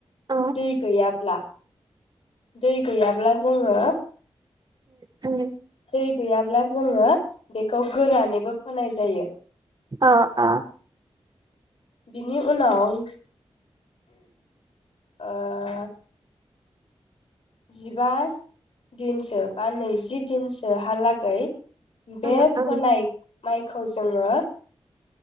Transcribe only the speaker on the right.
अ
उम।
आ आ।
उम
उम